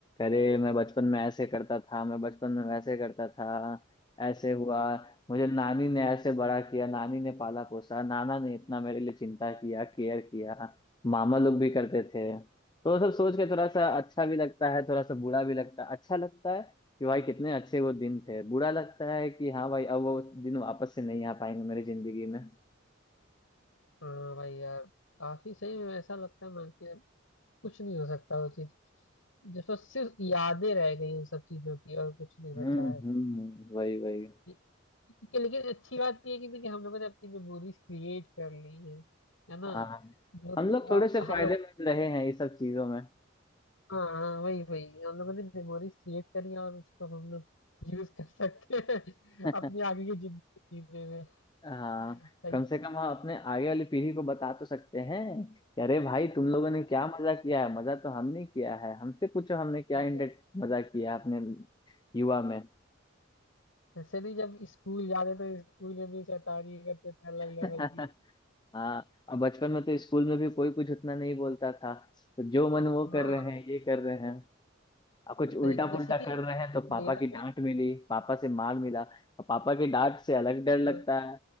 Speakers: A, on the left; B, on the left.
A: अरे मैं बचपन में ऐसे करता था मैं बचपन में वैसे करता था ऐसे हुआ मुझे नानी ने ऐसे बड़ा किया नानी ने पाला पोसा नाना ने इतना मेरे लिए चिंता किया केयर किया मामा लोग भी करते थे तो वो सब सोच के थोड़ा सा अच्छा भी लगता है थोड़ा सा बुरा भी लगता है अच्छा लगता है कि भाई कितने अच्छे वो दिन थे बुरा लगता है कि हाँ भाई अब वो दिन वापस से नहीं आ पाएंगे मेरी जिंदगी में
B: हाँ भाई यार काफी सही में ऐसा लगता है ना कि अब कुछ नहीं हो सकता वो चीज जैसे सिर्फ यादें रह गई उन सब चीजों की और कुछ नहीं
A: हम्म
B: बचा है
A: हम्म वही वही
B: कि, कि- लेकिन अच्छी बात ये है कि, कि हम लोगों ने अपनी मेमोरीज क्रिएट कर ली है है
A: हाँ
B: ना जो था
A: हम लोग थोड़े से फायदेमंद
B: हम लोग
A: रहे हैं ये सब चीजों में
B: हाँ हाँ, वही वही हम लोगों ने मेमोरीज क्रिएट करी हैं और उसको अब हम लोग यूज कर सकते हैं <laughs>
A: <laughs>
B: अपनी आगे की जिंदगी जीने में
A: हाँ
B: सही
A: कम
B: है
A: से कम हम अपने आगे वाली पीढ़ी को बता तो सकते हैं कि अरे भाई तुम लोगों ने क्या मजा किया है मजा तो हमने किया है हमसे पूछो हमने
B: सही
A: क्या इंटर
B: है
A: मजा किया है अपने युवा में
B: वैसे नहीं जब स्कूल जाते तो स्कूल में भी शैतानी करते थे अलग लेवल
A: <laughs>
B: की
A: हाँ और बचपन में तो स्कूल में भी कोई कुछ उतना नहीं बोलता था तो जो मन वो
B: हाँ
A: कर रहे हैं ये कर रहे हैं अब कुछ उल्टा
B: सही जैसे
A: पुल्टा
B: कि
A: कर रहे हैं तो पापा
B: मेरा
A: की
B: जो-
A: डांट मिली पापा से मार मिला और पापा की डांट से अलग डर लगता
B: हाँ,